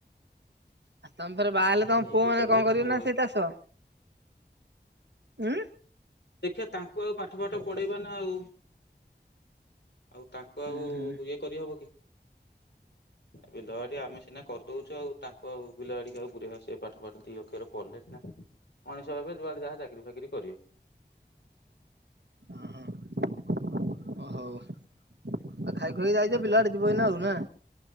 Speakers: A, on the right; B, on the left.
A: ଆଉ ତମେ ଫେରେ
B: ମା
A: ବାହା
B: ମାଟିକି
A: ହେଲେ, ତମ
B: ନେଇକି
A: ପୁଅ ମାନେ
B: କରିବା
A: କଣ କରିବେ
B: ଆଉ
A: ନା ସେଇ ଚାଷ। ଉଁ।
B: ଦେଖିବା ତାଙ୍କୁ ଆଉ ପାଠ ପାଠ ପଢେଇବା ନା ଆଉ। ଆଉ ତାଙ୍କୁ ଆଉ
A: ଉଁ ହୁଁ।
B: ଇଏ କରିହବ କି, ବିଲ ବାଡି ଆମେ ସିନା କରିଦଉଛୁ ଆଉ ତାଙ୍କୁ ଆଉ ବିଲ ବାଡିକୁ ଆଉ ପୁରେଇବା ସେ ପାଠ ପାଠ ଦି ଅକ୍ଷର ପଢ଼ିଲେ ସିନା ମଣିଷ ହେବେ, ଯୁଆଡେ ଯାହା ଚାକିରି ଫାକିରି କରିବେ।
A: ହଁ ହଁ। ଓ ହଉ। ଆଉ ଖାଇ ଖୁଏଇ ଯାଇଛ, ବିଲ ଆଡେ ଯିବ ଏଇନା ଆଉ ନା।